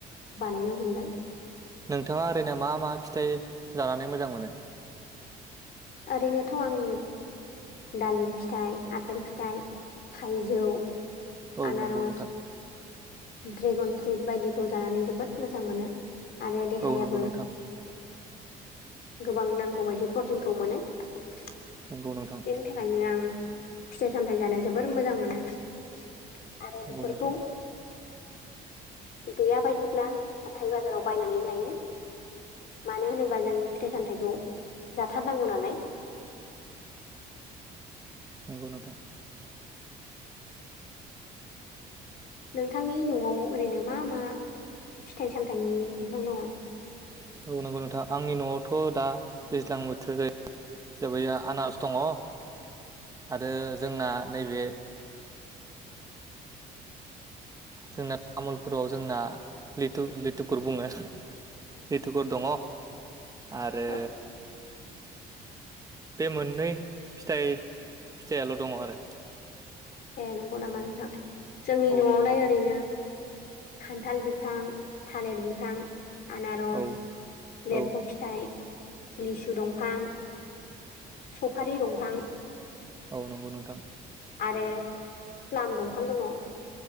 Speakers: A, on the left; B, on the right.
A: बानायनो हमदों
B: नोंथाङा ओरैनो मा मा फिथाइ जानानै मोजां मोनो।
A: ओरैनोथ' आं दालिम फिथाइ आफपेल फिथाइ थाइजौ
B: औ
A: आनारस
B: नंगौ नोंथां।
A: ड्रेगन फ्रुइट बायदिखौ जानानै जोबोद मोजां मोनो आरो देहायाबो
B: औ नंगौ नोंथां
A: गोबां नांगौ बायदि प्रटिनखौ मोनो। बेनि
B: नंगौ नोंथां
A: थाखायनो आं फिथाइ सामथायाइ जानो जोबोर मोजां मोनो। आरोारनि
B: नंगौ
A: बरख
B: नोंथां
A: गैया बायदिब्ला हाथथाय बाजाराव बायनानै लायो। मानो होनोबा जों फिथाइ सामथायखौ जाथारनांगौ नालाय
B: नंगौ नोंथां।
A: नोंथांनि न'आव ओरैनो मा मा फिथाइ सामथायाइनि बिफां दङ।
B: औ नंगौ नोंथां आंनि न'आवथ' दा दैज्लां बोथोर जायो। जबोैाया आनास दङ। आरो जोंना नैबे जोंना तामुलपुराव जोंना लिथु लिथुफोर बुङो। लिथुफोर दङ आरो।
A: औ
B: बे मोननै फिथाइ फिथाइयाल' दङ आरो
A: ए नंगौ नामा नोंथां जोंनि
B: औ
A: न'आवलाय
B: नंगौ नोंथां
A: ओरैनो खान्थाल बिफां थालिर बिफां आनारस
B: औ औ
A: लिरह' फिथाइ लिसु दंफां सफारि दंफां
B: औ नंगौ नोंथां।
A: आरो प्लाम दंफां दङ